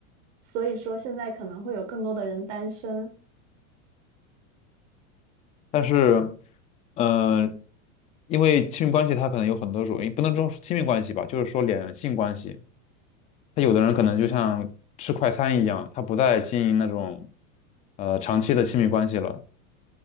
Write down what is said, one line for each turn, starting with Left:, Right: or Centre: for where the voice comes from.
Right: 所以说，现在可能会有更多的人单身，
Left: 但是，呃，因为亲密关系它可能有很多种，也不能说是亲密关系吧，就是说两性关系，他有的人可能就像吃快餐一样，他不再经营那种呃长期的亲密关系了，